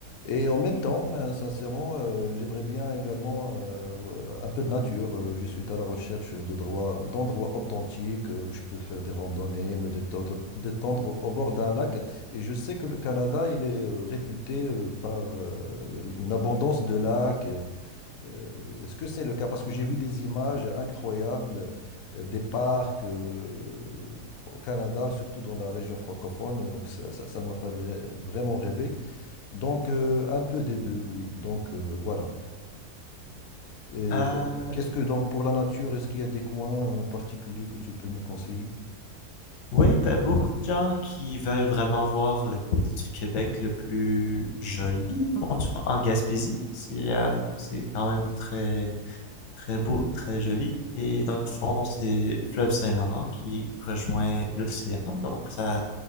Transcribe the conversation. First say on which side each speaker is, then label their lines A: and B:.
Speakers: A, on the left; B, on the left.
A: Et en même temps, ben, sincèrement, euh, j'aimerais bien également euh, un peu de nature. Euh, je suis à la recherche de droits- d'endroits authentiques euh, où je peux faire des randonnées, me détendre, détendre au bord d'un lac. Et je sais que le Canada, il est euh, réputé euh, par euh, une abondance de lacs. Et, euh, est-ce que c'est le cas? Parce que j'ai vu des images incroyables euh, des parcs euh, au Canada, surtout dans la région francophone. Donc ça, ça, ça m'a fait vra- vraiment rêver. Donc, euh, un peu des deux, oui. Donc, euh, voilà. Et
B: Euh,
A: bon, qu'est-ce que, donc, pour la nature, est-ce qu'il y a des coins euh, particuliers que tu peux me conseiller?
B: Oui, ben, beaucoup de gens qui veulent vraiment voir le côté du Québec le plus joli vont souvent en Gaspésie. C'est euh, c'est quand même très très beau, très joli. Et dans le fond, c'est le fleuve Saint-Laurent qui rejoint l'océan. Donc, ça,